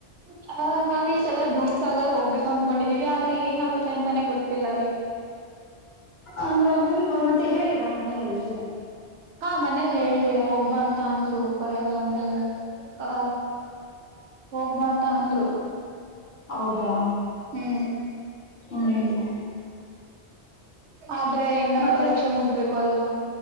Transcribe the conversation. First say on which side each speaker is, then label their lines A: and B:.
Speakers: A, on the right; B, on the left.
A: ಅ ನಾವ್ ಈ ಸಲ ದೂದ್ ಸಾಗರ್ ಹೋಗ್ಬೇಕು ಅನ್ಕೊಂಡಿದೀವಿ ಆದ್ರೆ ಏನಾಗುತ್ತೆ ಅಂತಾನೆ ಗೊತ್ತಿಲ್ಲ ರೀ
B: ಅಂದ್ರೆ ನಿಲ್ ಮತ್ತೆ ಹೇಳಿರಾ ಮನೆಯಲ್ಲಿ
A: ಹಾ ಮನೇಲಿ ಹೇಳಿದೆ ಹೋಗ್ಬಾ ಅಂತ ಅಂದ್ರು ಪರ ಅಂದ್ರೆ ಆ ಹೋಗ್ಬ ಅಂತ ಅಂದ್ರು
B: ಹೌದಾ
A: ಹ್ಮ್
B: ಹ್ಮ್
A: ಆದ್ರೆ ಇನ್ನ
B: ಮತ್ತೆ
A: ಪರೀಕ್ಷೆ ಮುಗಿಬೇಕು ಅಲ್ವಾ